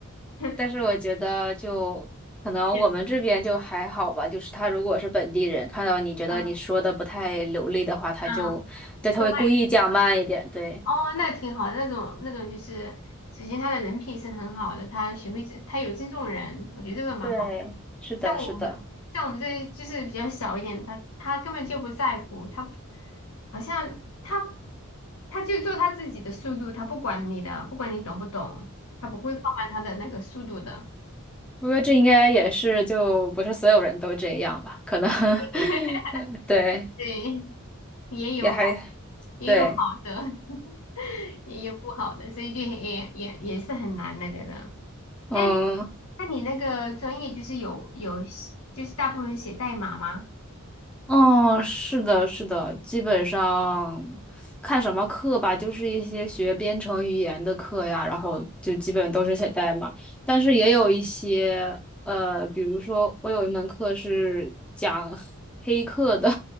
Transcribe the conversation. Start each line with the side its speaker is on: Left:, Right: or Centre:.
Left: <laughs>
Centre: 但是我觉得就可能我们这边就还好吧，
Left: 对，
Centre: 就是他如果是本地人，看到你觉得你说的不太流利的话，
Left: 嗯
Centre: 他就，
Left: 嗯，
Centre: 对，他会故意讲慢一点，
Left: 都帮你
Centre: 对，
Left: 哦，那挺好的，那种那种就是，首先他的人品是很好的，他学会尊他有尊重人，我觉得这个蛮好。
Centre: 对，是的，
Left: 像我们像我们这就是比较小一点，
Centre: 是的。
Left: 他他根本就不在乎，他不好像他他就做他自己的速度，他不管你的，不管你懂不懂，他不会放慢他的那个速度的。
Centre: 我觉得这应该也是，就不是所有人都这样吧？可能
Left: <laughs>
Centre: <laughs>，对，
Left: 对，也有。
Centre: 也还
Left: 好。也有好的，
Centre: 对，
Left: <laughs> 也有不好的，所以就很也也也是很难那个的。
Centre: 嗯，
Left: 哎，那你那个专业就是有有写就是大部分写代码吗？
Centre: 哦，是的，是的，基本上看什么课吧，就是一些学编程语言的课呀，然后就基本都是写代码，但是也有一些，呃，比如说我有一门课是讲黑客的，